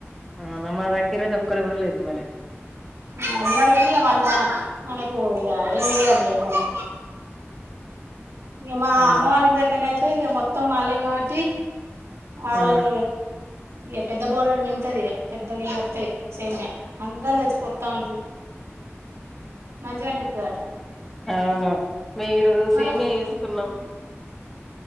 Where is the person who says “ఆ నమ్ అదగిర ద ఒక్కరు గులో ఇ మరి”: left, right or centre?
Centre